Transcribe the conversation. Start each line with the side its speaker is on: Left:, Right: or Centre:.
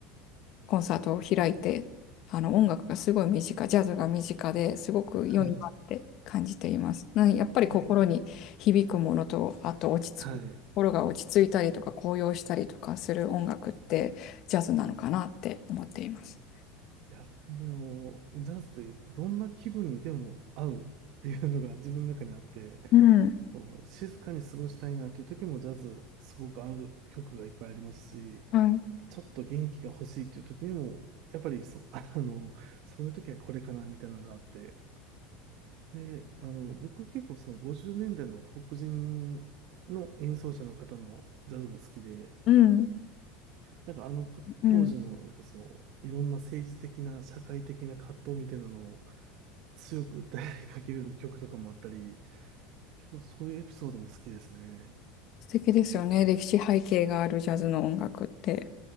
Left: コンサートを開いて、あの音楽がすごい身近、ジャズが身近ですごく良いなって感じています。
Right: はい、
Left: なやっぱり心に響くものと、
Right: え
Left: あと落ち着く、
Right: ーはい。
Left: 心が落ち着いたりとか高揚したりとかする音楽ってジャズなのかなって思っています。
Right: いや、本当にあの、ジャズってどんな気分にでも合うっていうのが自分の中にあって、
Left: うん、
Right: こう、静かに過ごしたいなという時もジャズすごく合う曲がいっぱいありますし、
Left: はい、
Right: ちょっと元気が欲しいっていう時にも、やっぱりそ、<laughs> あの、そういう時はこれかなみたいなのがあって。で、あの、僕結構その50年代の黒人の演奏者の方のジャズが好きで、
Left: うん、
Right: なんかあのか当時のなんかそのいろんな政治的な社会的な葛藤みたいなのを
Left: うん。
Right: 強く訴えかけるような曲とかもあったり、結構そういうエピソードも好きですね。
Left: 素敵ですよね。歴史背景があるジャズの音楽って。